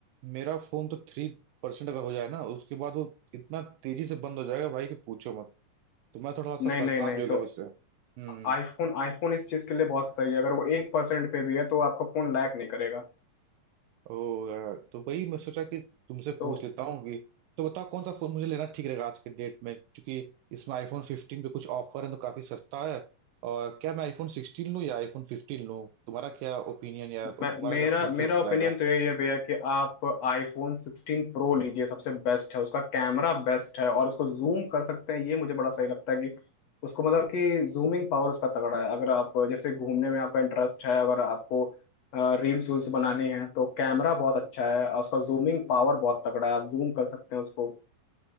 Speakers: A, on the right; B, on the left.
A: मेरा फोन तो थ्री परसेंट अगर हो जाए ना उसके बाद वो इतना तेजी से बंद हो जाएगा भाई कि पूछो मत तो मैं थोड़ा सा
B: नहीं
A: परेशान
B: नहीं नहीं
A: भी हो गया
B: तो
A: उससे हम्म
B: आईफोन आईफोन इस चीज के लिए बहुत सही है अगर वो एक परसेंट पे भी है तो आपका फोन लैग नहीं करेगा
A: ओ यार तो वही मैं सोचा कि तुमसे
B: तो
A: पूछ लेता हूँ कि तो बताओ कौन सा फोन मुझे लेना ठीक रहेगा आज के डेट में क्योंकि इसमें आईफोन 15 पे कुछ ऑफर है तो काफी सस्ता है और क्या मैं आईफोन 16 लूँ या आईफोन 15 लूँ तुम्हारा क्या ओपिनियन या तुम्हारा
B: मैं मेरा
A: क्या प्रेफरेंस
B: मेरा ओपिनियन
A: रहेगा
B: तो यही है भैया कि आप आईफोन 16 प्रो लीजिए सबसे बेस्ट है उसका कैमरा बेस्ट है और उसको जूम कर सकते हैं ये मुझे बड़ा सही लगता है कि उसको मतलब कि जूमिंग पावर उसका तगड़ा है अगर आप जैसे घूमने में आपका इंटरेस्ट है अगर आपको रील्स वील्स बनानी है तो कैमरा बहुत अच्छा है और उसका जूमिंग पावर बहुत तगड़ा है आप जूम कर सकते हैं उसको